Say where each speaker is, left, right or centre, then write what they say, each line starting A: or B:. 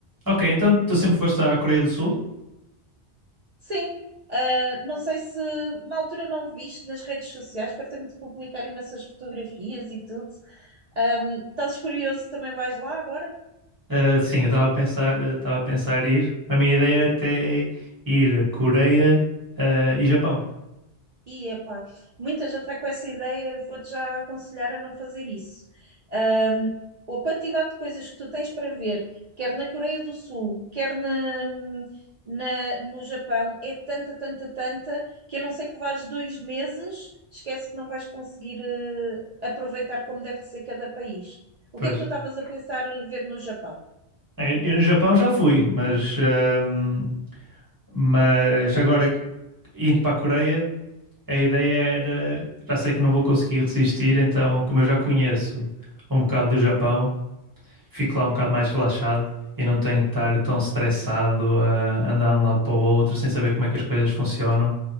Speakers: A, on the right; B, on the right.
A: Ok, então tu sempre foste à Coreia do Sul?
B: Sim, Ah, não sei se na altura não viste nas redes sociais, fartei-me de publicar imensas fotografias e tudo. Ahm, estás curioso, também vais lá agora?
A: Ah, sim, eu estava a pensar, eh, estava a pensar ir. A minha ideia era até ir Coreia, ah, e Japão.
B: E epá, muita gente vai com essa ideia, vou-te já aconselhar a não fazer isso. Ahm, a quantidade de coisas que tu tens para ver, quer na Coreia do Sul, quer na, na- no Japão, é tanta, tanta, tanta, que a não ser que vás dois meses, esquece que não vais conseguir eh, aproveitar como deve de ser cada país. O
A: Pois.
B: que é que tu estavas a pensar eh, ver no Japão?
A: Eh, Eu no Japão já fui, mas, ahm, mas agora indo para a Coreia, a ideia era, já sei que não vou conseguir resistir, então como eu já conheço um bocado do Japão, fico lá um bocado mais relaxado e não tenho de estar tão estressado a andar de um lado para o outro sem saber como é que as coisas funcionam.